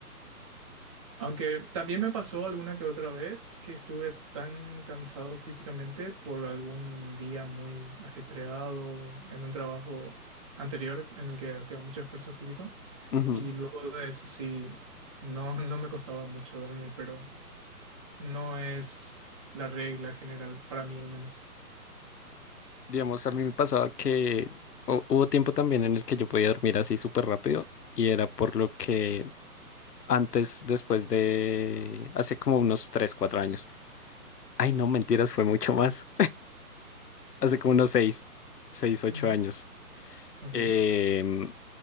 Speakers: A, on the right; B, on the left.
A: Aunque también me pasó alguna que otra vez que estuve tan cansado físicamente por algún día muy ajetreado en un trabajo anterior en el que hacía mucho esfuerzo físico.
B: Ujú.
A: Y luego de eso sí, no, no me costaba mucho dormir, pero no es la regla general, para mí al menos.
B: Digamos, a mí me pasaba que hu- hubo tiempo también en el que yo podía dormir así súper rápido y era por lo que antes, después de hace como unos 3, 4 años. Ay, no, mentiras, fue mucho más. hace como unos seis, seis, ocho
A: Ujú.
B: años.
A: Ok.
B: Em,